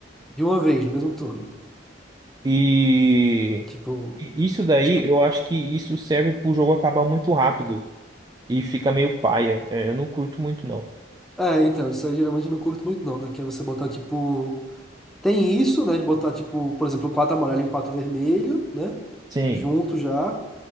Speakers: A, in the centre; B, on the right.
A: De uma vez, no mesmo turno.
B: E
A: Tipo.
B: e isso daí,
A: tipo
B: eu acho que isso serve pro jogo acabar muito rápido e fica meio paia. É, eu não curto muito, não.
A: É, então, isso aí geralmente eu não curto muito não, né? Que é você botar, tipo... Tem isso, né? De botar, tipo, por exemplo, quatro amarelo e um quatro vermelho, né?
B: Sim.
A: Junto já.